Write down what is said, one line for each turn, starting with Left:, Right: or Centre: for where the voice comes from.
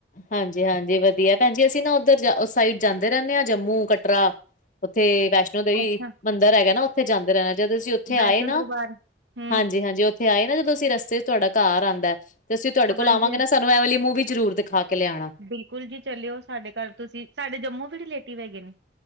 Left: ਹਾਂਜੀ ਹਾਂਜੀ ਵਧੀਆ ਭੈਣ ਜ ਅਸੀ ਨਾ ਉਧਰ ਉਸ ਸਾਈਡ ਜਾਦੇ ਰਹਿਦੇ ਹਾਂ ਜੰਮੂ ਕਟਰਾ ਉਥੇ ਵੈਸ਼ਨੋ ਦੇਵੀ
Right: ਅੱਛਾ
Left: ਮੰਦਿਰ ਹੈਗਾ ਨਾ ਉਥੇ ਜਾਂਦੇ ਰਹਿਣਾ ਜਦੋਂ ਅਸੀ ਉਥੇ ਆਏ
Right: ਵੈਸ਼ਨੋ
Left: ਨਾ
Right: ਦਰਬਾਰ ਹੂੰ
Left: ਹਾਂਜੀ ਹਾਂਜੀ ਉੱਥੇ ਆਏ ਨਾ ਜਦੋਂ ਅਸੀ ਰਸਤੇ 'ਚ ਤੁਹਾਡਾ ਘਰ ਆਉਦਾ ਤੇ ਅਸੀ ਤੁਹਾਡੇ ਕੋਲ
Right: ਹਾਂਜੀ
Left: ਆਵਾਂਗੇ
Right: ਹਾਂ,
Left: ਨਾ ਸਬ ਨੂੰ ਐ ਵਾਲੀ ਮੂੰਹ ਵੀ ਜ਼ਰੂਰ ਦਿਖਾ ਕੇ ਲਿਆਉਣਾ
Right: ਬਿਲਕੁਲ ਜੀ ਚੱਲਿਓ ਸਾਡੇ ਘਰ ਤੁਸੀਂ ਸਾਡੇ ਜੰਮੂ ਵੀ ਰਿਲੇਟਿਵ ਹੈਗੇ ਨੇ